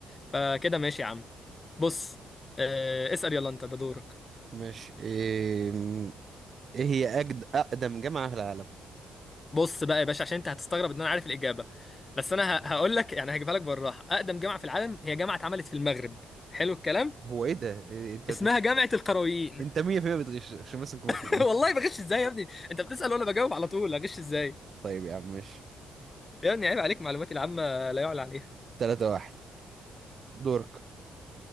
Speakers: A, on the left; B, on the right.
A: فكده ماشي يا عم بص أه اسأل يلا انت ده دورك
B: ماشي إيه ايه هي أجد اقدم جامعه في العالم
A: بص بقى يا باشا عشان انت هتستغرب ان انا عارف الاجابه بس انا ه... هقول لك يعني هجيبها لك بالراحه اقدم جامعه في العالم هي جامعه اتعملت في المغرب حلو الكلام
B: هو ايه ده إيه انت
A: اسمها جامعه القرويين
B: انت 100% بتغش عشان بس نكون
A: <laughs>
B: واضحين
A: والله بغش ازاي يا ابني انت بتسأل وانا بجاوب على طول هغش ازاي
B: طيب يا عم ماشي
A: يا ابني عيب عليك معلوماتي العامه لا يعلى عليها
B: 3 واحد دورك